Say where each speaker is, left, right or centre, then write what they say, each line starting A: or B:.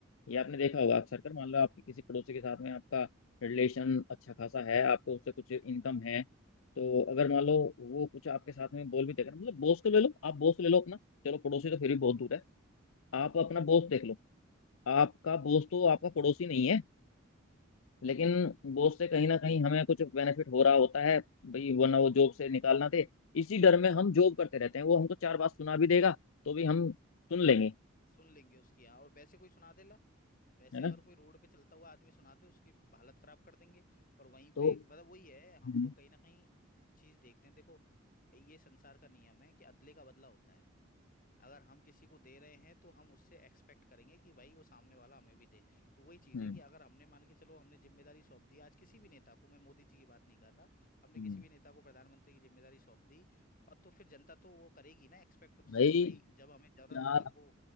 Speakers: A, on the left; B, on the left.
A: ये आपने देखा होगा अक्सर कर मान लो आपके किसी पड़ोसी के साथ में आपका रिलेशन अच्छा खासा है आपको उससे कुछ इनकम है तो अगर मान लो वो कुछ आपके साथ में बोल भी देगा मतलब बॉस को ले लो आप बॉस ले लो अपना चलो पड़ोसी तो फिर भी बहुत दूर है आप अपना बॉस देख
B: हम्म
A: लो आपका बॉस तो आपका पड़ोसी नहीं है लेकिन बॉस से कहीं ना कहीं हमें कुछ बेनिफिट हो रहा होता है भाई वरना वो जॉब से निकालना दे इसी डर में हम जॉब करते रहते हैं वो हमको चार बात सुना भी देगा तो भी हम सुन लेंगे
B: सुन लेंगे उसकी हाँ और वैसे कोई सुना दे ला वैसे
A: है
B: अगर
A: ना
B: कोई रोड पे चलता हुआ आदमी सुना दे उसकी हालत खराब कर देंगे और वहीं
A: तो
B: पे मतलब वही है हम
A: हम्म
B: लोग कहीं ना कहीं चीज देखते हैं देखो ये संसार का नियम है कि अदले का बदला होता है अगर हम किसी को दे रहे हैं तो हम उससे एक्सपेक्ट करेंगे कि भाई वो सामने वाला हमें भी दे तो वही चीज़
A: हम्म
B: है कि अगर हमने मान के चलो हमने जिम्मेदारी सौंप दी आज किसी भी नेता को मैं मोदी जी की बात नहीं कर रहा हमने
A: हम्म।
B: किसी भी नेता को प्रधानमंत्री की जिम्मेदारी सौंप दी और तो फिर जनता तो वो करेगी ना एक्सपेक्ट उससे
A: भाई
B: कि भाई जब हमें जरूरत
A: चार
B: हो तब वो